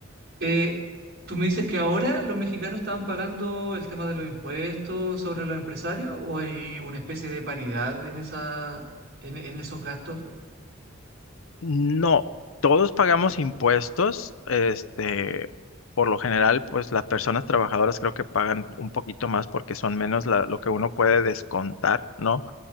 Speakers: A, on the right (about 55°); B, on the left (about 70°).
A: eh, ¿tú me dices que ahora los mexicanos estaban pagando el tema de los impuestos sobre los empresarios o hay una especie de paridad en esa, en, en esos gastos?
B: No, todos pagamos impuestos, este, por lo general, pues las personas trabajadoras creo que pagan un poquito más porque son menos la- lo que uno puede descontar, ¿no?